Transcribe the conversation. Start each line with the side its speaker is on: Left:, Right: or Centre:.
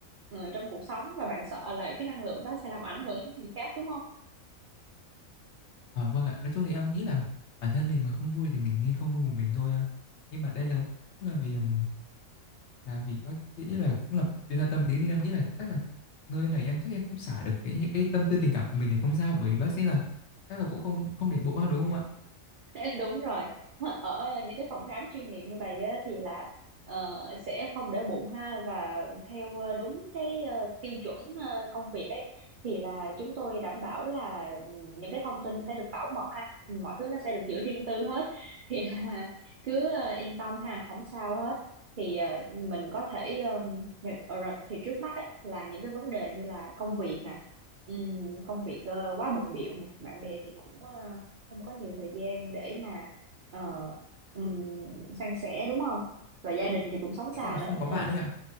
Right: ờ, trong cuộc sống và bạn sợ là cái năng lượng đó sẽ làm ảnh hưởng đến người khác đúng không?
Left: À, vâng ạ, nói chung là em nghĩ là bản thân mình mà không vui thì mình nên không vui một mình thôi à. Nhưng mà đây là cũng là vì ừm, làm vì bác sĩ là cũng là chuyên gia tâm lý nên em nghĩ là chắc là nơi này em chắc em cũng xả được cái những cái tâm tư tình cảm của mình thì không sao bởi vì bác sĩ là chắc là cũng không không để bụng ba đúng không ạ
Right: <laughs> đúng rồi ở những cái phòng khám chuyên nghiệp như vậy á, thì là ờ, sẽ không để bụng ha và theo ờ, đúng cái ờ, tiêu chuẩn ờ, công việc ấy thì là chúng tôi đảm bảo là ừ, những cái thông tin sẽ được bảo mật ha mọi thứ nó sẽ được giữ riêng tư hết <laughs> thì là cứ ờ, yên tâm ha không sao hết thì ờ, mình có thể ờm, ờ, rồi thì trước mắt á, là những cái vấn đề như là công việc nè ừm, công việc ờ, quá bận bịu nè bạn bè thì cũng ờ, không có nhiều thời gian để mà ờ, ừm, san sẻ đúng không và gia đình thì cũng sống xa
Left: tính ra là không
Right: nữa
Left: có
Right: thì
Left: bạn đấy nhở